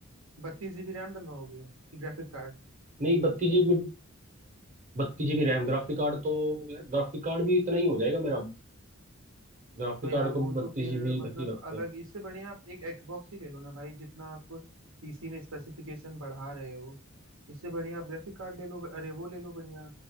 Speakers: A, on the right; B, on the right.
A: बत्तीस जीबी रैम डलवाओगे कि ग्राफिक कार्ड
B: नहीं बत्तीस जीबी बत्तीस जीबी रैम ग्राफिक कार्ड तो यार ग्राफिक कार्ड भी इतना ही हो जाएगा मेरा ग्राफिक
A: तो यार
B: कार्ड को
A: वो
B: भी
A: तो
B: बत्तीस
A: फिर
B: जीबी
A: मतलब
B: तक ही रखते
A: अलग
B: हैं
A: इससे बढ़िया आप एक एक्सबॉक्स ही ले लो ना भाई जितना आप पीसी में स्पेसिफिकेशन बढ़ा रहे हो इससे बढ़िया आप ग्राफिक कार्ड ले लो अरे वो ले लो बढ़िया